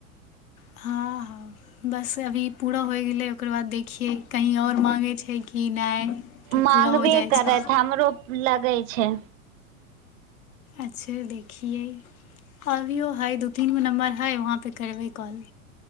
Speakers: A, on the left; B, on the right.
A: हँ ह बस अभी पूरा होय गेलै ओकर बाद देखियै कहीँ आओर माङगै छै कि नहि कि
B: मांगबे
A: पूरा हो जाइ छै
B: करत हमरो लगै छै
A: अच्छा देखियै अभियओ हइ दू तीन गो नम्बर हइ वहाँपे करबै कॉल